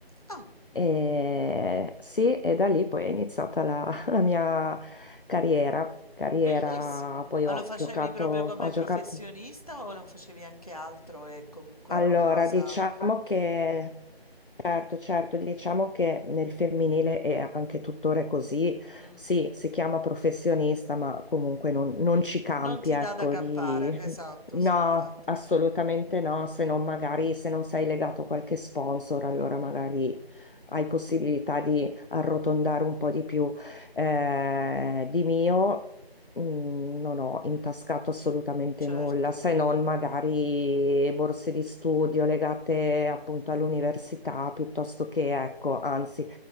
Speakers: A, on the left (about 35°); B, on the left (about 55°).
A: Ah,
B: e sì, e da lì poi è iniziata la, <laughs> la mia carriera. Carriera,
A: bellissimo.
B: poi
A: Ma
B: ho
A: lo facevi
B: giocato,
A: proprio come
B: ho giocato.
A: professionista o lo facevi anche altro e comunque
B: Allora,
A: era una cosa...
B: diciamo che Certo, certo, diciamo che nel femminile è anche tuttora così,
A: Mm.
B: sì, si chiama professionista, ma comunque non, non ci campi,
A: Non ti
B: ecco,
A: dà da campare,
B: di...
A: esatto,
B: No,
A: sì, infatti.
B: assolutamente no, se non magari se non sei legato a qualche sponsor, allora magari
A: Mm.
B: hai possibilità di arrotondare un po' di più eh, di mio. Mm, Non ho intascato assolutamente
A: Certo.
B: nulla, se non magari borse di studio legate appunto all'università, piuttosto che, ecco, anzi,